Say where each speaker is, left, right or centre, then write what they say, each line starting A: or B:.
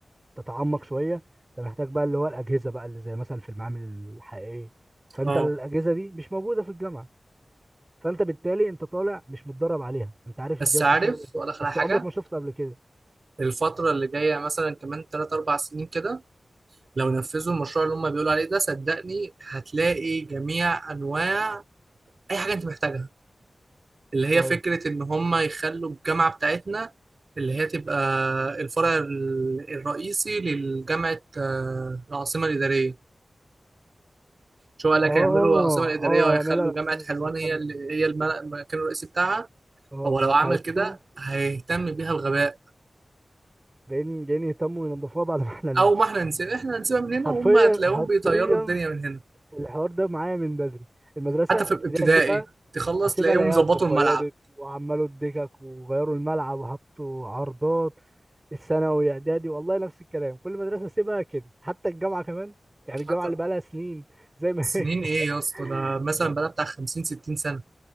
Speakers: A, on the right; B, on the right.
A: تتعمق شويه انت محتاج بقى اللي هو الاجهزه بقى اللي زي مثلا في المعامل الحقيقيه فانت
B: أه
A: الاجهزه دي مش موجوده في الجامعه فانت بالتالي انت طالع مش متدرب عليها انت عارف
B: بس
A: الجهاز
B: عارف
A: بيشتغل ازاي
B: ولا آخر
A: بس
B: حاجة
A: عمرك ما شفته قبل كده
B: الفترة اللي جاية مثلا كمان تلات أربع سنين كده لو
A: مم.
B: نفذوا المشروع اللي هم بيقولوا عليه ده صدقني هتلاقي جميع أنواع أي حاجة أنت محتاجها اللي هي
A: شويه
B: فكرة إن هم يخلوا الجامعة بتاعتنا اللي هي تبقى الفرع ال- الرئيسي لجامعة آه، العاصمة الإدارية شو قال لك
A: اه
B: هيعملوا العاصمة الإدارية
A: اه
B: وهيخلوا
A: يعملها على
B: جامعة
A: أساس إنه
B: حلوان
A: يفهم.
B: هي اللي هي الم- المكان الرئيسي بتاعها
A: اه
B: هو لو عمل
A: فهيضطر
B: كده هيهتم بيها بغباء
A: جايين جايين يهتموا ينضفوها بعد ما <laughs> احنا نمشي
B: أو ما إحنا نسيب إحنا هنسيبها من هنا
A: حرفيا
B: وهم هتلاقيهم
A: حرفيا
B: بيطيروا الدنيا من هنا
A: الحوار ده معايا من بدري المدرسه
B: حتى في الابتدائي
A: ابتدائي سيبها
B: تخلص
A: اسيبها
B: تلاقيهم
A: الاقيها
B: ظبطوا
A: اتبيضت
B: الملعب
A: وعملوا الدكك وغيروا الملعب وحطوا عرضات الثانوي اعدادي والله نفس الكلام كل مدرسه اسيبها كده حتى الجامعه كمان يعني الجامعه
B: حتى
A: اللي بقالها سنين زي ما
B: سنين
A: هي
B: إيه يا اسطى
A: <laughs>
B: ده مثلا
A: يس.
B: بقى بتاع 50 60 سنة